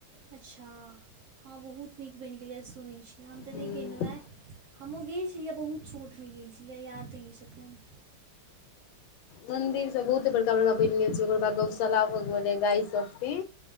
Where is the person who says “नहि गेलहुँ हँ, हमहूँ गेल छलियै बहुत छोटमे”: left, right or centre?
Right